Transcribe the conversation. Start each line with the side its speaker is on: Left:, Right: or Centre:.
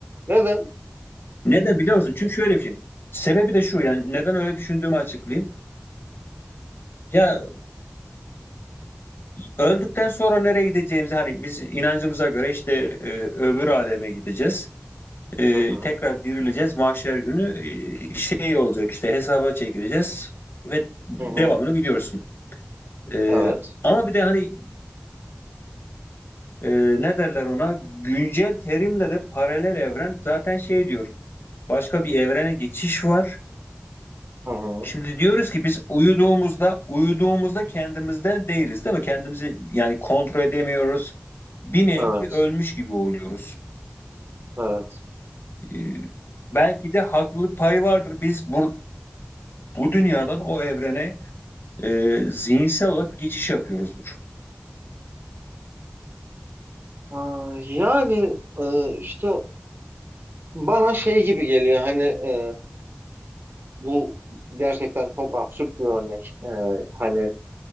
Right: neden?
Left: Neden biliyor musun? Çünkü şöyle bir şey. Sebebi de şu yani neden öyle düşündüğümü açıklayayım. Ya öldükten sonra nereye gideceğimizi hani biz inancımıza göre işte e, öbür aleme gideceğiz. E,
Right: Hı hı,
Left: tekrar dirileceğiz mahşer günü e, şey olacak işte hesaba çekileceğiz ve devamını
Right: hı hı,
Left: biliyorsun. E,
Right: evet,
Left: ama bir de hani e, ne derler ona güncel terimle de paralel evren zaten şey diyor. başka bir evrene geçiş var.
Right: hı hı,
Left: Şimdi diyoruz ki biz uyuduğumuzda uyuduğumuzda kendimizden değiliz değil mi? Kendimizi yani kontrol edemiyoruz. Bir nevi
Right: evet,
Left: ölmüş gibi oluyoruz.
Right: evet.
Left: Ee, belki de haklılık payı vardır. Biz bu, bu dünyadan o evrene e, zihinsel olarak bir geçiş yapıyoruzdur.
Right: Ha, yani e, işte Bana şey gibi geliyor hani e, bu gerçekten çok absürt bir örnek. E, hani